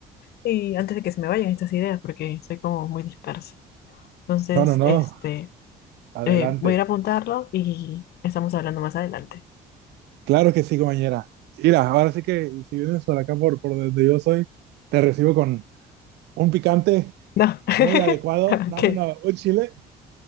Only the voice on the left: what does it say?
Y antes de que se me vayan estas ideas, porque soy como muy dispersa. Entonces,
este...
Eh, voy a ir a apuntarlo y estamos hablando más adelante.
No, <laughs>
ok.